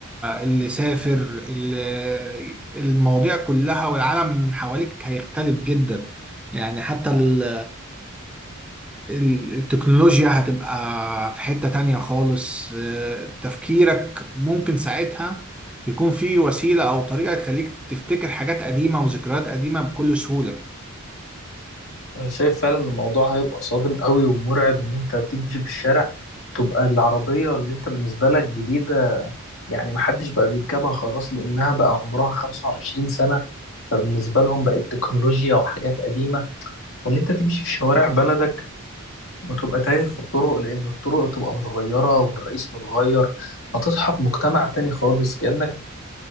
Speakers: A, in the centre; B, on the left.
A: اللي سافر ال- المواضيع كلها والعالم من حواليك هيختلف جدا يعني حتى ال- ال- التكنولوجيا هتبقى في حتة تانية خالص آه، تفكيرك ممكن ساعتها يكون في وسيلة أو طريقة تخليك تفتكر حاجات قديمة وذكريات قديمة بكل سهولة
B: انا شايف فعلا إن الموضوع هيبقى صادم قوي ومرعب ان انت تمشي في الشارع تبقى العربية اللي انت بالنسبة لك جديدة يعني محدش بقى بيركبها خلاص لانها بقى عمرها 25 سنة فبالنسبة لهم بقت تكنولوجيا وحاجات قديمة وان انت تمشي في شوارع بلدك وتبقى تايه في الطرق لان الطرق تبقى متغيرة والرئيس متغير هتصحى في مجتمع تاني خالص كأنك